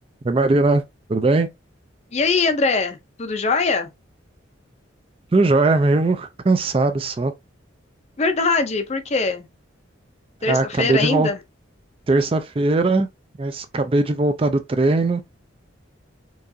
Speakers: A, on the right; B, on the left.
A: Oi, Marina, tudo bem?
B: E aí, André? Tudo jóia?
A: Tudo jóia, meio cansado só.
B: Verdade, por quê? Terça-feira
A: Ah, acabei de
B: ainda?
A: voltar terça-feira, mas acabei de voltar do treino,